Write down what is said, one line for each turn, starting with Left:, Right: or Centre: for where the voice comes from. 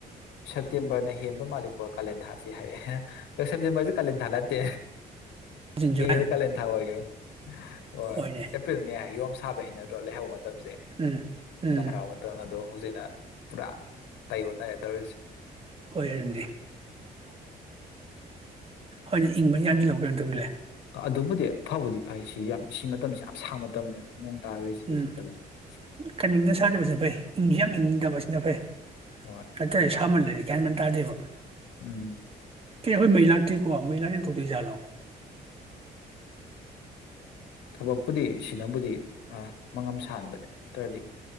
Left: ꯁꯦꯇꯌꯦꯝꯕꯔꯅꯦ ꯍꯦꯟꯕ ꯃꯥꯜꯂꯤꯛꯀꯣ ꯀꯥꯂꯦꯟꯊꯥꯁꯤ ꯍꯥꯏꯔꯦ ꯁꯁꯦ ꯀꯥꯂꯦꯟꯊꯥ ꯅꯠꯇꯦ
Right: ꯎꯝ
Left: ꯃꯦꯗꯥ ꯀꯂꯦꯟ ꯊ ꯑꯣꯏꯒꯔ꯭ꯦ ꯍꯣꯏ
Right: ꯍꯣꯏꯅꯦ
Left: ꯑꯦꯄ꯭ꯔꯤꯜ ꯃꯌꯣꯝ ꯁꯥꯕ ꯍꯥꯏꯩꯅ ꯂꯩ ꯍꯥꯏꯧꯕ ꯃꯇꯝꯁꯦ
Right: ꯎꯝ ꯎꯝ
Left: ꯂꯥꯏꯔꯥꯎꯕ ꯃꯇꯝ ꯑꯗꯣ ꯍꯧꯖꯤꯛꯅ ꯄꯨꯔꯥ ꯇꯩ ꯑꯣꯅꯔꯦ ꯇꯧꯔꯤꯁꯦ
Right: ꯍꯣꯏ ꯑꯗꯨꯅꯤ ꯍꯣꯏꯅ ꯏꯪꯕ ꯌꯥꯝꯁꯤꯜ ꯂꯧ ꯀꯩꯅꯣ ꯇꯧꯖꯤꯜꯂꯦ
Left: ꯑꯗꯨꯕꯨꯗꯤ ꯐꯕꯨꯗꯤ ꯐꯩ ꯁꯤ ꯌꯥꯝ ꯁꯤ ꯃꯇꯝꯁꯤ ꯌꯥꯝ ꯁꯥ ꯃꯇꯝꯅꯦꯕ ꯅꯣꯡ ꯇꯥꯈ꯭ꯔꯤꯁꯤꯕꯨꯗꯤ
Right: ꯎꯝ
Left: ꯐꯕꯨꯗꯤ ꯐꯩ
Right: ꯀꯟꯃꯤꯟꯅ ꯁꯥꯗꯕꯁꯦ ꯐꯩ ꯏꯪꯁꯨ ꯌꯥꯝ ꯏꯪꯗꯕ ꯁꯤꯅ ꯐꯩ
Left: ꯍꯣꯏ
Right: ꯅꯠꯇꯔꯗꯤ ꯁꯥꯥꯃꯟꯂꯗꯤ ꯒ꯭ꯌꯥꯟ ꯃꯦꯟ ꯇꯥꯗꯦꯕ꯫
Left: ꯎꯝ
Right: ꯀꯩ ꯑꯩꯈꯣꯢ ꯃꯩꯩ ꯂꯥꯛꯇꯦꯀꯣ ꯃꯩ ꯂꯥꯛꯇꯔꯕꯤ ꯇꯧꯗꯣꯢ ꯖꯥꯠꯂꯣ
Left: ꯎꯝ ꯊꯕꯛꯄꯨꯗꯤ ꯁꯤꯅꯕꯨꯗꯤ ꯃꯉꯝ ꯁꯥꯥꯟꯕꯅꯦ ꯅꯠꯇ꯭ꯔꯗꯤ